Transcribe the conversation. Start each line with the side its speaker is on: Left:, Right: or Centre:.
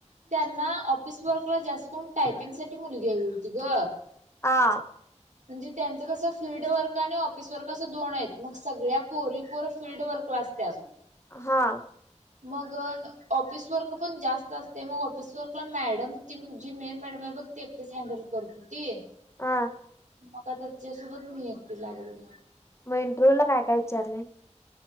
Right: त्यांना ऑफिस वर्कला जास्त कोण टायपिंग साठी मुलगी हवी होती ग.
Left: हा.
Right: म्हणजे त्यांचं कसं फिल्ड वर्क आणि ऑफिस वर्क असं दोन आहेत मग सगळ्या पोरी पोर फील्ड वर्क ला असत्यात.
Left: हा
Right: मग ऑफिस वर्क पण जास्त असते मग ऑफिस वर्कला मॅडम ती जी मेन मॅडम बघ ते एकटच हँडल करत होती.
Left: हा.
Right: मग आता तिच्यासोबत मी एकटी लागलोय.
Left: मग इंटरव्ह्यू ला काय काय विचारलंय.